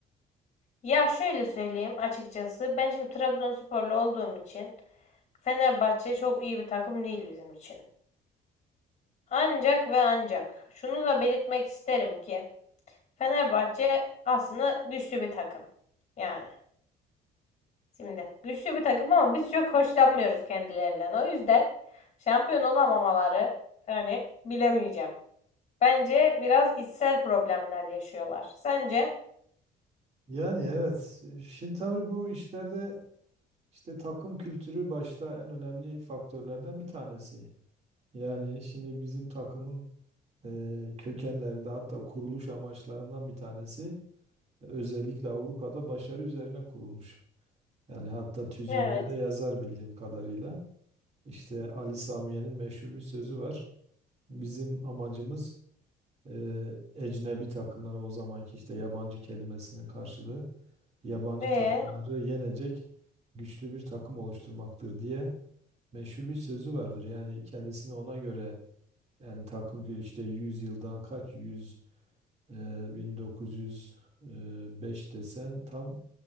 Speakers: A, on the left (about 40°); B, on the right (about 40°).
A: Ya şöyle söyleyeyim açıkçası. Ben şimdi Trabzonsporlu olduğum için Fenerbahçe çok iyi bir takım değil bizim için. Ancak ve ancak şunu da belirtmek isterim ki Fenerbahçe aslında güçlü bir takım. Yani şimdi güçlü bir takım ama biz çok hoşlanmıyoruz kendilerinden. O yüzden şampiyon olamamaları yani bilemeyeceğim. Bence biraz içsel problemler yaşıyorlar. Sence?
B: Yani evet. Şimdi tabii bu işlerde işte takım kültürü başta en önemli faktörlerden bir tanesi. Yani şimdi bizim takımın e, kökenlerinde hatta kuruluş amaçlarından bir tanesi özellikle Avrupa'da başarı üzerine kurulmuş. Yani hatta tüzüğünde
A: Evet.
B: de yazar bildiğim kadarıyla. İşte Ali Samiye'nin meşhur bir sözü var. Bizim amacımız e, ecnebi takımları o zamanki işte yabancı kelimesinin karşılığı. yabancı
A: Ee,
B: takımları yenecek güçlü bir takım oluşturmaktır diye meşhur bir sözü vardır. Yani kendisini ona göre yani takım ki işte 100 yıldan kaç yüz e, 1905 desen tam